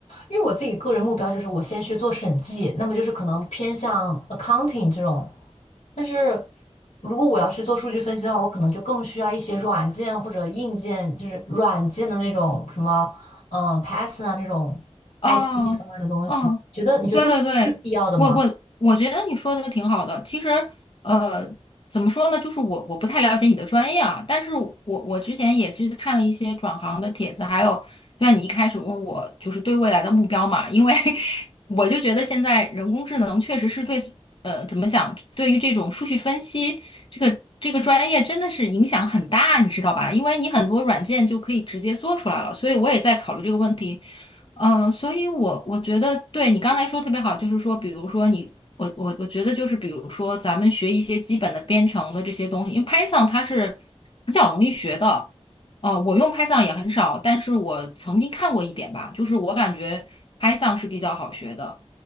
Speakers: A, on the left (about 75°); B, on the left (about 50°).
A: 因为我自己个人目标就是我先去做审计，那么就是可能偏向 accounting 这种。但是如果我要去做数据分析的话，我可能就更需要一些软件或者硬件，就是软件的那种什么，嗯、Python 啊那种
B: 哦。
A: IT 相关的东西。
B: 哦，
A: 觉得你觉得这个是必要的吗？
B: 对对对，我我我觉得你说的挺好的。其实，呃，怎么说呢，就是我我不太了解你的专业啊，但是我我之前也是看了一些转行的帖子，还有就像你一开始问我，就是对未来的目标嘛，因为 <laughs> 我就觉得现在人工智能确实是对，呃，怎么讲，对于这种数据分析这个这个专业真的是影响很大，你知道吧？因为你很多软件就可以直接做出来了，所以我也在考虑这个问题。嗯，所以我我觉得对你刚才说特别好，就是说，比如说你，我我我觉得就是，比如说咱们学一些基本的编程的这些东西，因为 Python 它是比较容易学的。呃，我用 Python 也很少，但是我曾经看过一点吧，就是我感觉 Python 是比较好学的。